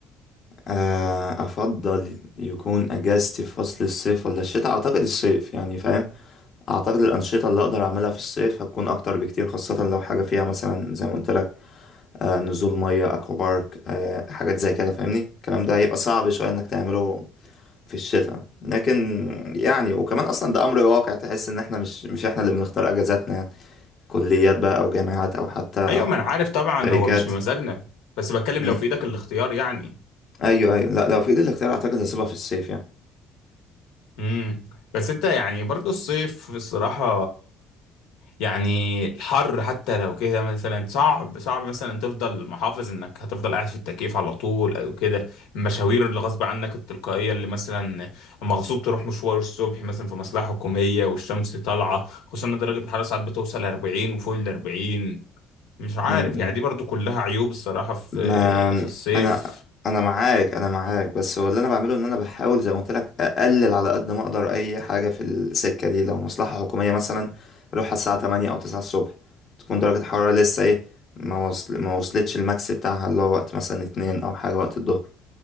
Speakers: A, on the left (about 40°); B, on the left (about 80°).
A: آه، أفضل يكون أجازتي في فصل الصيف ولا الشتاء أعتقد الصيف يعني فاهم أعتقد الأنشطة اللي أقدر أعملها في الصيف هتكون أكتر بكتير خاصة لو حاجة فيها مثلا زي ما قلت لك آه، نزول مية أكوا بارك آه، حاجات زي كده فاهمني الكلام ده هيبقى صعب شوية إنك تعمله في الشتاء لكن يعني وكمان أصلا ده أمر واقع تحس إن إحنا مش مش إحنا اللي بنختار أجازاتنا يعني كليات بقى أو جامعات أو حتى
B: ايوه ما انا عارف طبعا
A: شركات
B: هو مش بمزاجنا بس بتكلم
A: مم.
B: لو في ايدك الاختيار يعني
A: أيوه أيوه لا لو في إيدي الاختيار أعتقد هسيبها في الصيف يعني
B: امم بس انت يعني برضو الصيف الصراحه يعني الحر حتى لو كده مثلا صعب صعب مثلا تفضل محافظ انك هتفضل قاعد في التكييف على طول او كده المشاوير اللي غصب عنك التلقائيه اللي مثلا مغصوب تروح مشوار الصبح مثلا في مصلحه حكوميه والشمس طالعه خصوصا ان درجه الحراره ساعات بتوصل 40 وفوق ال 40 مش عارف
A: مم.
B: يعني دي برضو كلها عيوب الصراحه في
A: ما
B: في الصيف
A: انا انا معاك انا معاك بس هو اللي انا بعمله ان انا بحاول زي ما قلت لك اقلل على قد ما اقدر اي حاجه في السكه دي لو مصلحه حكوميه مثلا اروح الساعه 8 او 9 الصبح تكون درجه الحراره لسه ايه ما وصل ما وصلتش الماكس بتاعها اللي هو وقت مثلا اتنين او حاجه وقت الظهر